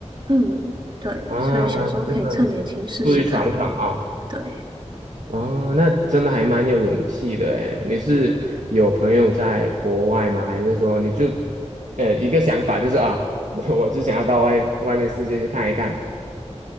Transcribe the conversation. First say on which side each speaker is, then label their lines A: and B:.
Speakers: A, on the right (about 40°); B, on the right (about 80°).
A: 嗯，对，
B: 啊，
A: 所以想说可以趁年轻试试看。
B: 那出去闯闯啊！
A: 对，
B: 哦，那真的还蛮有勇气的诶。你是有朋友在国外吗？还是说你就，呃，一个想法就是啊，我我就想要到外外面世界去看一看。